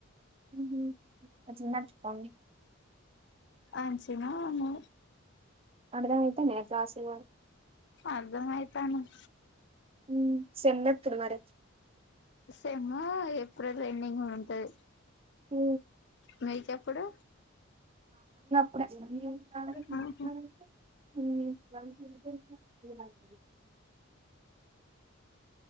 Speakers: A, on the right; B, on the left.
A: ఊహు అచునచు పోండి
B: అంచి నవును
A: అడదమయితనయ క్లాస్ లు మరి
B: అర్దమయితనయ్
A: ఊ సెమ్ ఎపుడు మరి
B: సెము ఏప్రిల్ ఎండింగ్ ల ఉంటది
A: ఊ
B: మీకెప్పుడు
A: <unintelligible>
B: ఆహా
A: ఊ